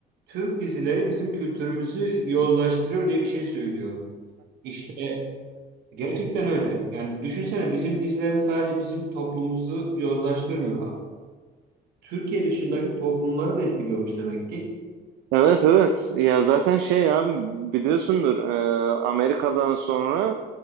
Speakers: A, on the right; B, on the right.
A: Türk dizileri bizim kültürümüzü yozlaştırıyor diye bir şey söylüyor. İşte gerçekten öyle. Yani düşünsene bizim dizilerimiz sadece bizim toplumumuzu yozlaştırmıyor. Türkiye dışındaki toplumları da etkiliyormuş demek ki.
B: Evet evet ya zaten şey abi biliyorsundur e, Amerika'dan sonra